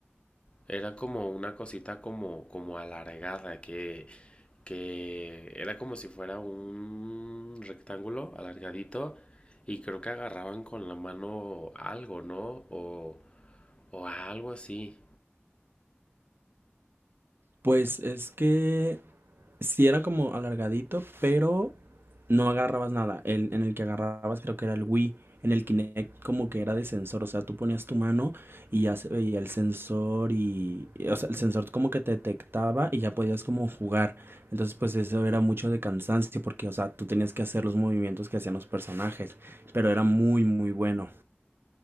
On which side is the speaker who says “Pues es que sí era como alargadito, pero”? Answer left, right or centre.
Right